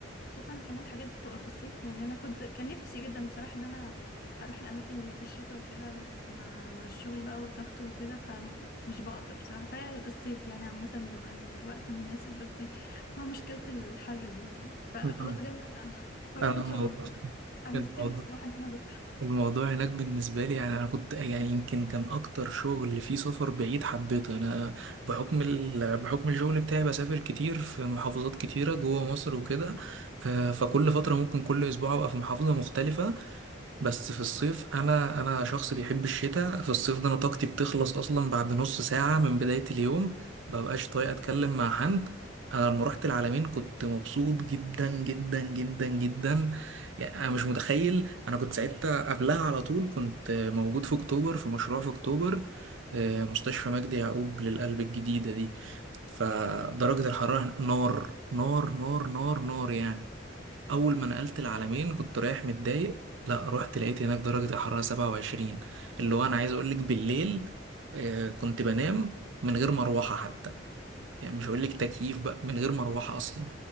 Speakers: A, on the left; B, on the right.
A: خاصة إن كمان الحاجات دي بتبقى في الصيف يعني انا كنت كان نفسي جدا بصراحة ان انا اروح الاماكن دي في الشتاء وكده بس مع مع الشغل بقى والضغط وكده فمش بقدر بصراحة فهي الصيف يعني عامة بيبقى الوقت المناسب بس هو مشكلة الحر دي فخلاص
B: مم.
A: جامد انا <laughs> هروح
B: أنا
A: ان
B: الموضوع
A: شاء الله حمستني
B: الموضوع
A: بصراحة ان انا اروح
B: الموضوع هناك بالنسبة لي يعني أنا كنت يعني يمكن كان أكتر شغل فيه سفر بعيد حبيته أنا بحكم ال... بحكم الشغل بتاعي بسافر كتير في محافظات كتيرة جوه مصر وكده آه، فكل فترة ممكن كل أسبوع أبقى في محافظة مختلفة بس في الصيف انا انا شخص بيحب الشتاء في الصيف ده انا طاقتي بتخلص اصلا بعد نص ساعة من بداية اليوم مببقاش طايق اتكلم مع حد انا لما رحت العلمين كنت مبسوط جدا جدا جدا جدا يعني انا مش متخيل انا كنت ساعتها قبلها على طول كنت موجود في اكتوبر في مشروع في اكتوبر آه، مستشفى مجدي يعقوب للقلب الجديدة دي فدرجة الحرارة نار نار نار نار نار يعني اول ما نقلت العالمين كنت رايح متضايق لا رحت لقيت هناك درجة الحرارة 27 اللي هو انا عايز اقول لك بالليل آه كنت بنام من غير مروحة حتى يعني مش هقول لك تكييف بقى من غير مروحة اصلا